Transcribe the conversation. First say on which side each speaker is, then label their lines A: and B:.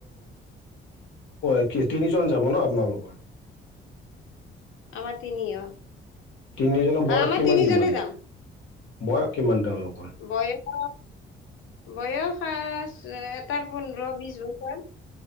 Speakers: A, on the left; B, on the left.
A: এতিয়া <inaudible> তিনিজন যাব ন আপোনালোক? কোৱা?
B: আমাৰ তিনি অ।
A: তিনিজনৰ
B: হয়
A: বয়স
B: আমাৰ
A: কিমান
B: তিনিজনে
A: কিমান?
B: যাম।
A: বয়স কিমান তেওঁলোকৰ?
B: বয়স, বয়স খাচ এটাৰ পোন্ধৰ বিশ বছৰ